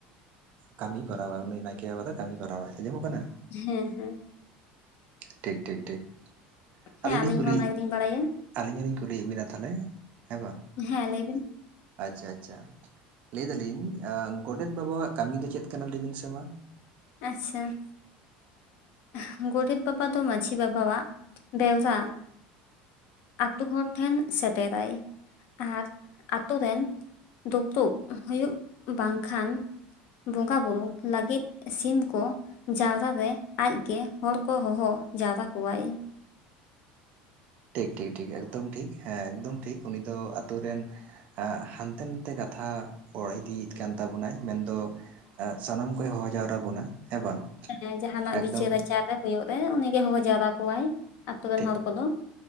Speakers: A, on the right (about 40°); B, on the left (about 50°).
A: ᱠᱟᱹᱢᱤ ᱠᱚᱨᱟᱣᱟᱭ ᱩᱱᱤ ᱱᱟᱭᱠᱮ ᱵᱟᱵᱟ ᱫᱚ ᱠᱟᱹᱢᱤ ᱠᱚᱨᱟᱟᱣᱟᱭ᱾ ᱟᱸᱡᱚᱢᱚᱜ ᱠᱟᱱᱟ?
B: ᱦᱮᱸ ᱦᱮᱸ᱾
A: ᱴᱷᱤᱠ ᱴᱷᱤᱠ ᱴᱷᱤᱠ᱾
B: ᱦᱮᱸ
A: ᱟᱹᱞᱤᱧ ᱞᱤᱧ ᱠᱩᱞᱤᱭᱮᱫ
B: ᱦᱚᱸ ᱚᱱᱟ ᱜᱮᱞᱤᱧ ᱵᱟᱲᱟᱭᱟ
A: <unintelligible> ᱟᱹᱞᱤᱧ ᱦᱚᱞᱤᱧ ᱠᱩᱞᱤᱭᱮᱫ ᱵᱤᱱᱟ ᱛᱟᱦᱚᱞᱮ ᱦᱮᱸ ᱵᱟᱝᱼᱼ
B: ᱦᱮᱸ ᱞᱟᱹᱭᱵᱤᱱᱼᱼ
A: ᱟᱪᱪᱷᱟ ᱟᱪᱪᱷᱟᱼᱼ ᱞᱟᱹᱭ ᱮᱫᱟᱞᱤᱧ ᱜᱚᱰᱮᱛ ᱵᱟᱵᱟᱣᱟᱜ ᱠᱟᱹᱢᱤ ᱫᱚ ᱪᱮᱫ ᱠᱟᱱᱟ ᱞᱟᱹᱭᱵᱤᱱ ᱥᱮᱢᱟ?
B: ᱟᱪᱪᱷᱟ ᱾ ᱦᱮᱸ ᱜᱚᱰᱮᱛ ᱵᱟᱵᱟ ᱫᱚ ᱢᱟᱺᱡᱷᱤ ᱵᱟᱵᱟᱣᱟᱜ ᱵᱮᱣᱨᱟᱼᱼ ᱟᱹᱛᱩ ᱦᱚᱲ ᱴᱷᱮᱱ ᱥᱮᱴᱮᱨᱟᱭ᱾ ᱟᱨ ᱟᱛᱳ ᱨᱮᱱ ᱫᱩᱯᱲᱩᱵ ᱦᱩᱭᱩᱜ ᱵᱟᱝᱠᱷᱟᱱᱼᱼ ᱵᱚᱸᱜᱟ ᱵᱩᱨᱩ ᱞᱟᱹᱜᱤᱫᱼᱼ ᱥᱤᱢ ᱠᱚ ᱡᱟᱣᱨᱟ ᱨᱮ ᱟᱡᱜᱮ ᱦᱚᱲ ᱠᱚ ᱦᱚᱦᱚ ᱡᱟᱣᱨᱟ ᱠᱚᱣᱟᱭ᱾
A: ᱴᱷᱤᱠ ᱴᱷᱤᱠ ᱴᱷᱤᱠ ᱮᱠᱫᱚᱢ ᱴᱷᱤᱠ ᱦᱮᱸ ᱮᱠᱫᱚᱢ ᱴᱷᱤᱠ ᱩᱱᱤ ᱫᱚ ᱟᱹᱛᱩ ᱨᱮᱱᱼᱼ ᱦᱟᱱᱛᱮ ᱱᱟᱛᱮ ᱠᱟᱛᱷᱟᱼᱼ ᱦᱚᱭ ᱤᱫᱤᱭᱤᱫ ᱠᱟᱱ ᱛᱟᱵᱚᱱᱟᱭ ᱢᱮᱱᱫᱚ ᱥᱟᱱᱟᱢ ᱠᱚᱭ ᱦᱚᱦᱚ ᱡᱟᱣᱨᱟ ᱵᱚᱱᱟ᱾ ᱦᱮᱸ ᱵᱟᱝ
B: ᱦᱮᱸ ᱡᱟᱦᱟᱱᱟᱜ
A: ᱮᱠᱫᱚᱢ
B: ᱵᱤᱪᱟᱹᱨ ᱟᱪᱟᱨᱼᱼ ᱦᱩᱭᱩᱜ ᱨᱮ ᱩᱱᱤᱜᱮ ᱦᱚᱦᱚ ᱡᱟᱣᱨᱟ ᱠᱚᱣᱟᱭ ᱟᱛᱳ ᱨᱮᱱ
A: ᱴᱷᱤᱠ
B: ᱦᱚᱲ ᱠᱚᱫᱚ